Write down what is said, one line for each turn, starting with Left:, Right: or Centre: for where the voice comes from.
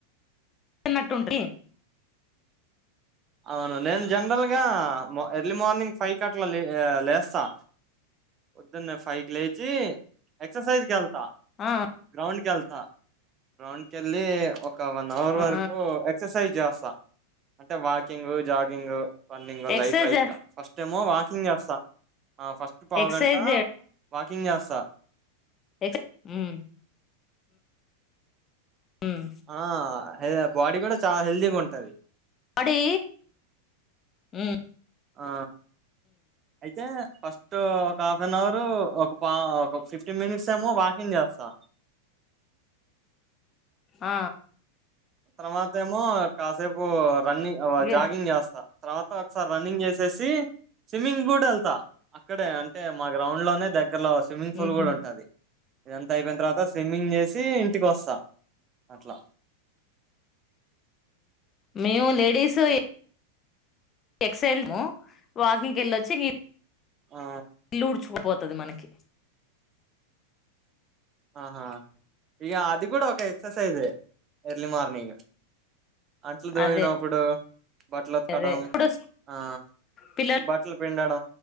Left: <inaudible>
Right: అవును నేను జనరల్ గా మ ఎర్లీ మార్నింగ్ ఫైవ్ కట్లా లే లేస్తా పొద్దున్నే ఫైక్ లేచీ ఎక్సర్సైజ్ కెళ్ త
Left: ఆ
Right: గ్రౌండ్ కెళ్తా గ్రౌండ్ కెళ్లీ ఒ ఒక వన్ అవర్
Left: ఆ
Right: వరకు ఎక్సర్సైజ్ చేస్తా అంటే వాకింగ్, జాగింగ్. పన్నింగు
Left: ఎక్సర్సైజ్
Right: లైట్ లైట్ గా ఫస్ట్ ఏమో వాకింగ్ చేస్తా. ఆ ఫస్ట్ పావుగంట
Left: ఎక్సర్సైజ్
Right: వాకింగ్ చేస్తా
Left: ఎక్సె <inaudible> ఊమ్ ఉమ్
Right: ఆ హె బాడీ గూడా చాలా హెల్దీగా ఉంటది
Left: అడీ ఊ
Right: ఆ అయితే ఫస్ట్ ఒక హాఫ్ అన్ అవరూ, ఒక పా ఒక ఫిఫ్టీన్ మినిట్స్ ఏమో వాకింగ్ చేస్తా.
Left: ఆ
Right: తర్వాతేమో కాసేపు రన్నింగ్, అవ
Left: ఇగ
Right: జాగింగ్ చేస్తా. తర్వాత ఒకసారి రన్నింగ్ చేసేసి స్విమ్మింగ్ గూఢ ఎళ్తా అక్కడే అంటే మా గ్రౌండ్ లోనే ద కర్లో స్విమ్మింగ్ ఫూల్
Left: ఉహు
Right: గూడా ఉంటది, ఇదంత అయిపోయిన తర్వాత స్విమ్మింగ్ చేసి. తీ ఇంటికొస్తా అట్లా
Left: మేము లేడీసు ఇ ఎక్సైల్ మో వాకింగ్క్ ఎళ్ళొచ్చి గి
Right: ఆ
Left: ఇల్లూడ్చుకు పోతది మనకి
Right: ఆహా ఇక అది కూడా ఒక ఎక్స్ సైజే ఎర్లీ మార్నింగ్ అట్లు దోమినప్పుడు
Left: అదే
Right: బట్టలు వుతకడం
Left: అదే ఇప్పుడు
Right: ఆ
Left: పిల్లలు
Right: బట్టలు పిండ